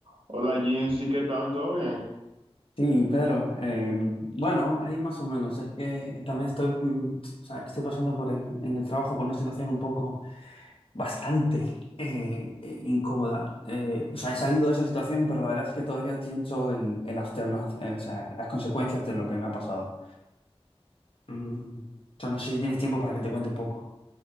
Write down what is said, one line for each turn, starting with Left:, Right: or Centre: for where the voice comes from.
Right: Hola Jinsi, ¿qué tal? ¿Todo bien?
Left: Sí, Pedro. em, bueno, ahí más o menos. Es que también estoy, mm, o sea, estoy pasando por el, en el trabajo por una situación un poco bastante eh, eh, incómoda. Eh, o sea, he salido de esa situación, pero la verdad es que todavía siento el, el aftermath, eh, o sea, las consecuencias de lo que me ha pasado. Mm, o sea, no sé si tienes tiempo para que te cuente un poco.